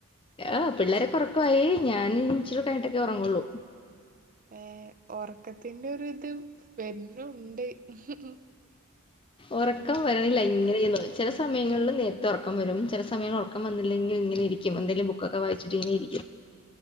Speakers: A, on the left; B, on the right.
A: ആഹ് പിള്ളേരൊക്കൊർക്കവായി ഞാന് ഇനിച്ചിരൂടകയ്ഞ്ട്ടെക്കെ ഒർങ്ങൊള്ളൂ.
B: ഏ ഒർക്കത്തിന്റെ ഒര് ത് വെര്ണു ണ്ട് ഹ്ഹ്ഹ്
A: ഒർക്കം വരണില്ലെങ്ങനെന്ന് ചെല സമയങ്ങളില് നേരത്തെ ഒറക്കം വെരും ചെല സമയങ്ങള്ലൊർക്കം വന്നില്ലെങ്കിങ്ങനെ ഇരിക്കും ക്കും എന്തേലും ബുക്കൊക്കെ വായിച്ചിട്ടിങ്ങനെ ഇരി